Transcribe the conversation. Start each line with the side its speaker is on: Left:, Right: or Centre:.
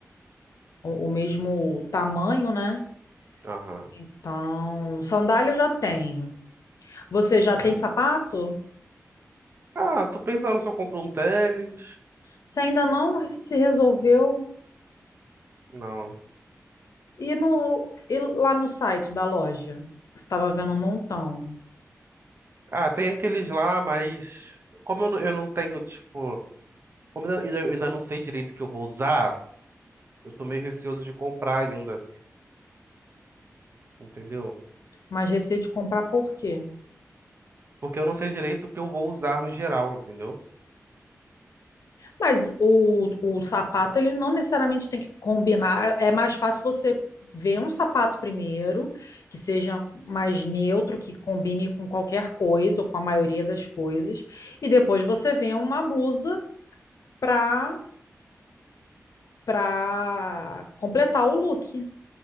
Left: o, o mesmo tamanho, né?
Right: Aham.
Left: Então, sandália eu já tenho. Você já tem sapato?
Right: Ah, tô pensando se eu compro um tênis.
Left: Você ainda não se resolveu?
Right: Não.
Left: E, no, e lá no site da loja? Estava vendo um montão.
Right: Ah, tem aqueles lá, mas como eu não, eu não tenho, tipo, como eu ainda, eu ainda não sei direito o que eu vou usar. Eu tô meio receoso de comprar ainda, entendeu?
Left: Mas receio de comprar por quê?
Right: Porque eu não sei direito o que eu vou usar no geral, entendeu?
Left: Mas o, o sapato, ele não necessariamente tem que combinar. É mais fácil você ver um sapato primeiro, que seja mais neutro, que combine com qualquer coisa ou com a maioria das coisas. E depois você vê uma blusa para para completar o look,